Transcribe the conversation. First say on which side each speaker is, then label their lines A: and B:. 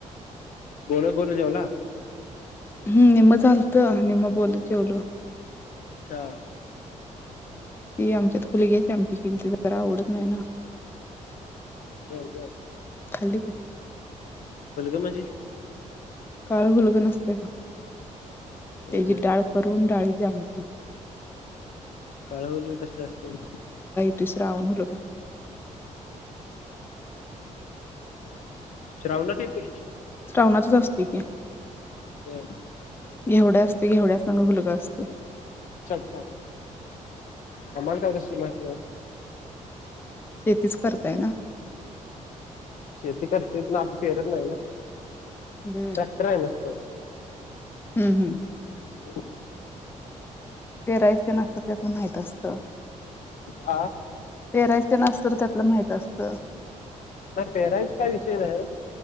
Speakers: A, on the left; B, on the left.
A: बोलत बोलोत जेवना.
B: हम्म निम झालत निम बोलत जेवलो.
A: अच्छा.
B: ती आमच्यात खुलीग्याच आमट केलीती जरा आवडत नाही ना.
A: हं जर
B: खाली
A: फुलग म्हणजे?
B: काळ हूलग नसतय का
A: कसलं
B: त्याची डाळ करून डाळी <unintelligible>
A: काळ हुलग कसले असतय?
B: ते श्रावण हूलग
A: श्रावनात येतय.
B: श्रावणातच असतय की
A: बर
B: घेवढ्या असती घेवड्यासंग हूलग असतय. <unintelligible>
A: अच्छा अच्छा कमाल काय कसली माहीती आहे.
B: शेतीच करताय ना.
A: शेती करते पण आम्ही पेरत नाही ना
B: बर
A: ट्रॅक्टर आहे नुसत.
B: हम्म हम्म
A: <unintelligible>
B: तेराईस ते ना असत त्यातून माहित असतं.
A: आ.
B: पेरायच तेन असतं त्यातलं माहित असतं
A: नाही पेरायच काय विषय नाही.